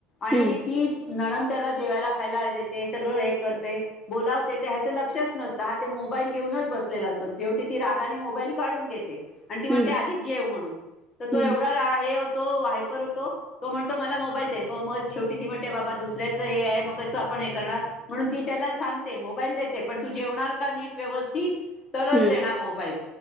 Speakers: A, on the left; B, in the centre.
A: आणि
B: हम्म
A: ती नणंद त्याला जेवायला खायला देते सगळं हे करते बोलावते ते ह्याचं लक्षचं नसता हा ते मोबाईल घेऊनच बसलेला असतो शेवटी ती रागाने मोबाईल काढून घेते आणि ती म्हणते
B: हम्म
A: आधी जेव म्हणून तर तो
B: हम्म
A: एवढा रा हे तो हायपर होतो तो म्हणतो मला मोबाईल दे मग शेवटी ती म्हणते बाबा दुसऱ्याचं हे आहे म कसं हे करणार म्हणून ती त्याला सांगते मोबाईल देते पण तू जेवणार का नीट व्यवस्थितं तरच
B: हम्म
A: देणार मोबाईल